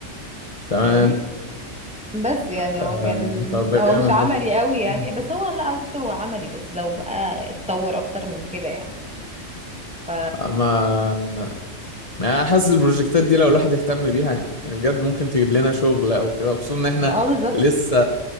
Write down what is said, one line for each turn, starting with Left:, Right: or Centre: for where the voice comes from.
Left: تمام
Centre: فاهمني بس يعني
Left: آه،
Centre: هو كان
Left: طب ده
Centre: هو
Left: جامد
Centre: مش عملي
Left: ده
Centre: قوي يعني
Left: مم.
Centre: بس هو لا على فكرة هو عملي بس لو بقى اتطور اكتر من كده يعني ف
Left: ما يعني انا حاسس البروجكتات دي لو الواحد اهتم بيها يعني بجد ممكن تجيب لنا شغل او كده خصوصا ان احنا
Centre: ما اه بالظبط
Left: لسه